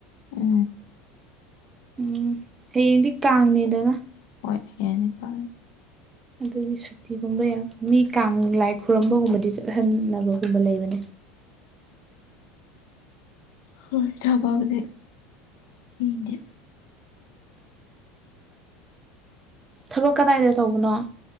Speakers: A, on the left; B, on the right.
A: ꯑ
B: ꯎꯝ ꯍꯌꯦꯡꯗꯤ ꯀꯥꯡꯅꯦꯗꯅ
A: ꯍꯣꯏ ꯍꯦꯅꯤꯀ
B: ꯑꯗꯒꯤ ꯁꯨꯇꯤꯒꯨꯝꯕ ꯌꯥꯝ ꯃꯤ ꯀꯥꯡ ꯂꯥꯏ ꯈꯨꯔꯨꯝꯕꯒꯨꯝꯕꯗꯤ ꯆꯠꯍꯟꯅꯕꯒꯨꯝꯕ ꯂꯩꯕꯅꯤ
A: ꯍꯣꯏ ꯊꯕꯛꯁꯦ ꯃꯤꯅꯦꯦ
B: ꯊꯕꯛ ꯀꯗꯥꯏꯗ ꯇꯧꯕꯅꯣ